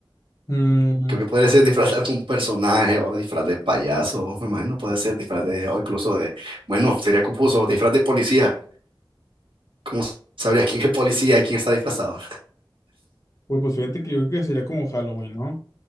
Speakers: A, on the left (about 40°); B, on the right (about 80°).
A: Mm,
B: Creo que podría ser disfraz de algún personaje o disfraz de payaso, me imagino puede ser disfraz de, o incluso de, bueno, sería confuso, disfraz de policía. ¿Cómo sabrías quién es policía y quién está disfrazado?
A: pues, pues fíjate que yo creo que sería como Halloween, ¿no?